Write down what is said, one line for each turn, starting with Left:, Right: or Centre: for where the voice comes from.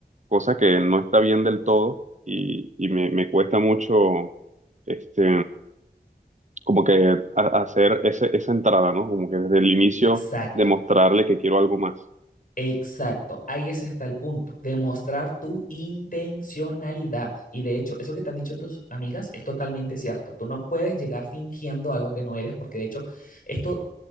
Right: cosa que no está bien del todo y, y me, me cuesta mucho, este, como que a- hacer ese, esa entrada, ¿no? Como que desde el inicio
Left: Exacto.
Right: demostrarle que quiero algo más.
Left: Exacto, ahí ese está el punto, demostrar tu intencionalidad. Y de hecho, eso que te han dicho tus amigas es totalmente cierto. Tú no puedes llegar fingiendo algo que no eres, porque de hecho, esto